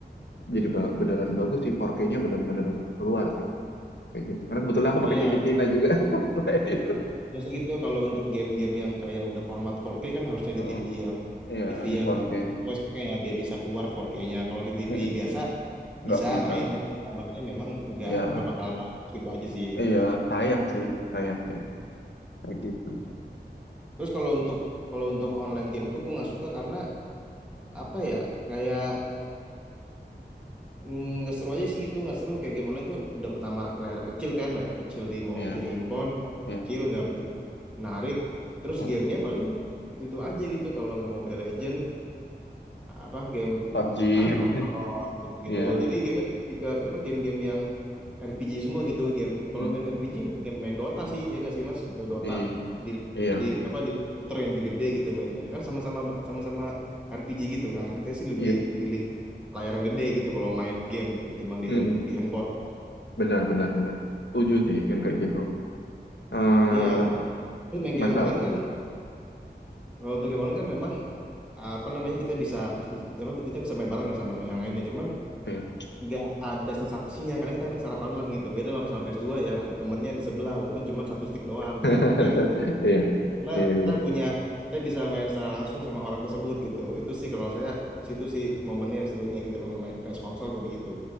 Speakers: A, on the left; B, in the centre.
A: jadi ba- beneran bagus sih, 4K-nya bener-bener keluar sih, kayak gitu. Karena kebetulan
B: Oh
A: aku pakai
B: iya,
A: TV Cina juga, <laughs> makanya itu.
B: biasa gitu kalau untuk game-game yang kayak udah format 4K kan harusnya
A: Heeh.
B: di TV yang
A: Iya,
B: TV
A: di
B: yang
A: 4K.
B: sesuai speknya ya, biar bisa keluar 4K-nya. Kalau di TV
A: Mm-mm.
B: biasa
A: Nggak
B: bisa
A: bisa.
B: main, cuma gambarnya memang nggak
A: Ya,
B: nggak bakal bagus gitu aja sih.
A: iya, sayang sih, sayang sih, kayak gitu.
B: Terus kalau untuk kalau untuk online game tuh gue nggak suka karena apa ya kayak mm, nggak seru aja sih gitu nggak seru kayak game online tuh udah pertama layar kecil kan layar kecil di mau
A: Iya,
B: di handphone
A: iya.
B: kecil nggak begitu menarik terus
A: Heeh.
B: gamenya paling itu, itu aja gitu kalau nggak Mobile Legend apa game
A: PUBG,
B: Arena
A: <laughs>
B: of Valor gitu-gitu.
A: iya.
B: Jadi game itu lebih ke apa game-game yang RPG semua gitu. Game kalau
A: Mm.
B: main RPG mendingan main Dota sih ya nggak sih Mas? Itu Dota
A: Iya,
B: di
A: iya.
B: di apa di komputer yang lebih gede gitu mainnya. Kan sama-sama sama-sama RPG gitu kan. Saya sih lebih
A: Iya.
B: pilih layar yang gede gitu kalau main game ketimbang di
A: Mm-mm.
B: hap- di handphone.
A: benar benar benar setuju sih yang kayak gitu eh
B: Iya, tapi main game
A: masa
B: online kan kalau untuk game online kan memang apa namanya kita bisa, bisa apa kita bisa main bareng ya sama yang lainnya. Cuman
A: eh.
B: nggak ada sensasinya karena kita main secara online gitu beda sama sama ps dua yang ada temennya di sebelah walaupun cuma satu stick doang
A: <laughs>
B: gitu tapi memang seru
A: iya
B: karena
A: iya
B: kita
A: iya
B: punya kita bisa main secara langsung sama orang tersebut gitu itu sih kalau saya di situ sih momennya yang serunya gitu kalau main PS konsol kayak begitu